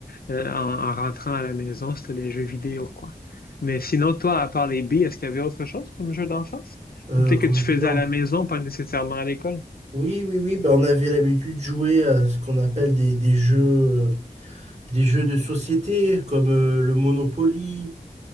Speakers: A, on the left; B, on the right.
A: euh, en, en rentrant à la maison, c'était les jeux vidéo, quoi. Mais sinon, toi, à part les billes, est-ce qu'il y avait autre chose comme jeu d'enfance?
B: euh,
A: Ou Peut-être
B: comme
A: que tu
B: jeu
A: faisais
B: d'or.
A: à la maison, pas nécessairement à l'école.
B: Oui, oui, oui, bah, on avait l'habitude de jouer à ce qu'on appelle des, des jeux, euh, des jeux de société comme euh, le Monopoly.